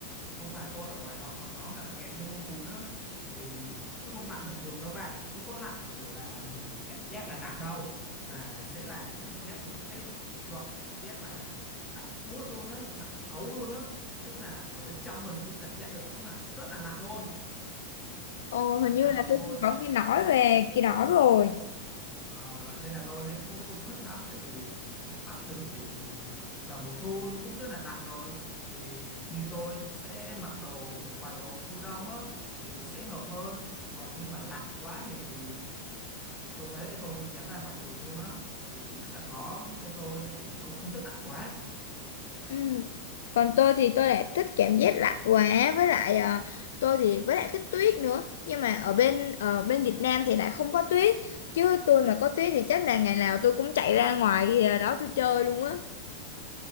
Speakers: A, on the left (about 15°); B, on the left (about 60°).
A: ông bà tôi ở ngoài đó còn nó mà kèm theo mưa phùn á thì nó không lạnh bình thường đâu bạn không có lạnh mà kiểu là mình cảm giác là lạnh đâu mà sẽ là cảm giác một cái loại cảm giác mà lạnh buốt luôn á lạnh thấu luôn á tức là ở bên trong mình cũng cảm giác được là nó là rất là lạnh luôn
B: Ồ, hình
A: nên
B: như
A: là
B: là tôi
A: tôi
B: cũng có nghe nói về cái đó rồi.
A: Ờ, nên là tôi thấy không không thích lắm tại vì miền Bắc thường thì vào mùa thu nó cũng rất là nặng rồi thì như tôi sẽ mặc đồ một vài đồ thu đông á thì nó sẽ hợp hơn còn như mà lạnh quá thì tôi thấy tôi không dám ra ngoài đường luôn á thì rất là khó cho tôi tại vì tôi không thích lạnh quá
B: Ừ, còn tôi thì tôi lại thích cảm giác lạnh quá với lại à, tôi thì với lại thích tuyết nữa nhưng mà ở bên ở bên Việt Nam thì lại không có tuyết chứ tôi mà có tuyết thì chắc là ngày nào tôi cũng chạy ra ngoài à, đó tôi chơi luôn á